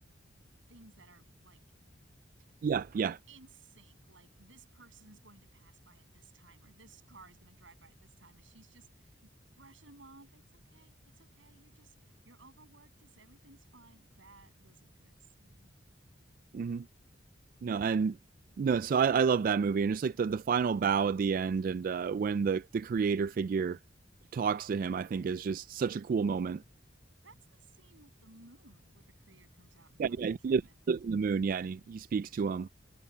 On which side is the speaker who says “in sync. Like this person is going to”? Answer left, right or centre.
Right